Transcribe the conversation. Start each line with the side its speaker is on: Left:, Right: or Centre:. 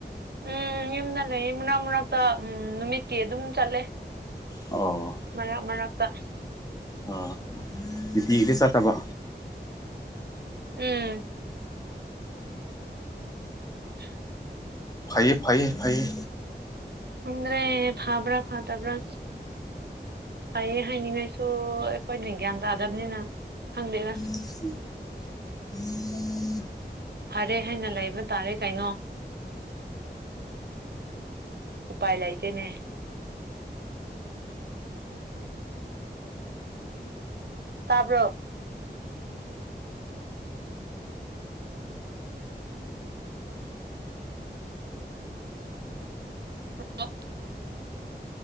Right: ꯎꯝ ꯌꯨꯝꯗ ꯂꯩꯌꯦ ꯃꯔꯛ ꯃꯔ꯭ꯛꯇ ꯎꯝ ꯅꯨꯃꯤꯠꯀꯤ ꯑꯗꯨꯝ ꯆꯠꯂꯦ
Left: ꯑꯣ
Right: ꯃꯔꯛ ꯃꯔꯛꯇ
Left: ꯑꯥ ꯅꯨꯇꯤꯒꯤꯗꯤ ꯆꯠꯇꯕ
Right: ꯎꯝ <inaudible>
Left: ꯐꯩꯌꯦ ꯐꯩꯌꯦ ꯐꯩꯌꯦ
Right: ꯈꯡꯗ꯭ꯔꯦ ꯐꯥꯕ꯭ꯔꯥ ꯐꯥꯠꯇꯕ꯭ꯔꯥ ꯐꯩꯌꯦ ꯍꯥꯏꯅꯤꯡꯉꯥꯏꯁꯨ ꯑꯩꯈꯣꯏꯅ ꯒ꯭ꯌꯥꯟ ꯇꯥꯗꯕꯅꯤꯅ ꯈꯪꯗꯦꯗ
Left: <inaudible> <inaudible>
Right: ꯐꯔꯦ ꯍꯥꯏꯅ ꯂꯩꯕ ꯇꯥꯔꯦ ꯀꯩꯅꯣ ꯎꯄꯥꯏ ꯂꯩꯇꯦꯅꯦ ꯇꯥꯕ꯭ꯔꯣ <inaudible>